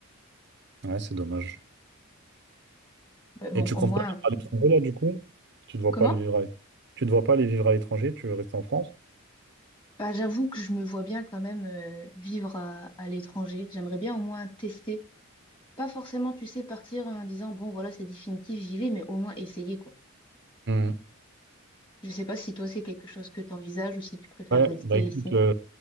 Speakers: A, on the right (about 55°); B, on the left (about 25°).
A: Ouais, c'est dommage.
B: Mais bon,
A: Et tu
B: au
A: comptes
B: moins.
A: pas aller à l'étranger là, du coup? Tu ne vois
B: Comment?
A: pas aller vivre à l'étranger? Tu ne vois pas aller vivre à l'étranger? Tu veux rester en France?
B: Bah, j'avoue que je me vois bien quand même euh, vivre à, à l'étranger. J'aimerais bien au moins tester. Pas forcément, tu sais, partir en disant bon, voilà, c'est définitif, j'y vais, mais au moins essayer, quoi.
A: Hmm.
B: Je sais pas si toi c'est quelque chose que t'envisages ou si tu préfères
A: Ouais,
B: rester
A: bah écoute.
B: ici.
A: euh,